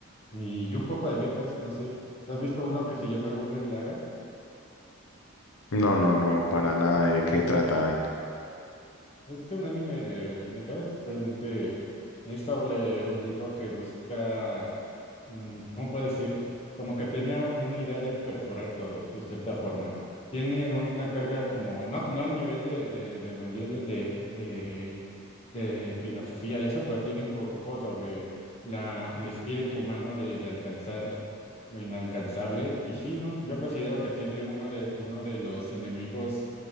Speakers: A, on the left; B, on the left.
A: y un poco de mechas, no sé. ¿Has visto uno que se llama Gurren Lagann?
B: No, no, no, para nada de qué trata.
A: Es un anime de, de mechas, realmente es sobre un tipo que busca, mm, ¿cómo puedo decir? Como que tenía una idea de perforar todo, de cierta forma. Tiene una carga como, no, no al nivel de, de, de Evangelion, de, eh, de filosofía y eso, pero tiene un poco sobre la, el espíritu humano de, de alcanzar lo inalcanzable. Y sí, ¿no? Yo considero que tiene uno de, uno de los enemigos,